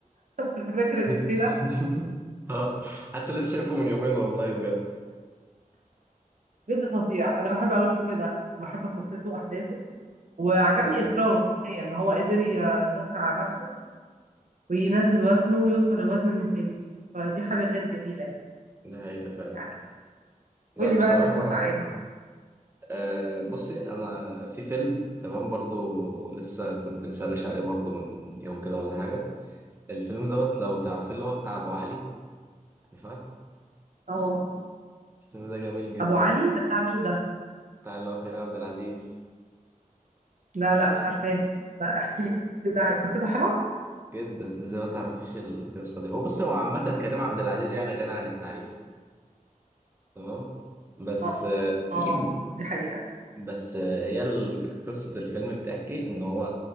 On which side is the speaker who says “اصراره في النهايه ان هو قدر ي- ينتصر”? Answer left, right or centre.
Right